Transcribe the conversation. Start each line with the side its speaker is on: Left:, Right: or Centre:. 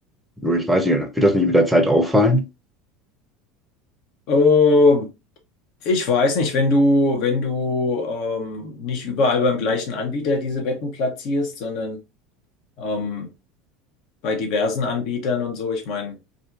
Centre: Nur ich weiß nicht, wird das nicht mit der Zeit auffallen?
Left: Äh, ich weiß nicht, wenn du, wenn du ähm, nicht überall beim gleichen Anbieter diese Wetten platzierst, sondern ähm, bei diversen Anbietern und so, ich meine,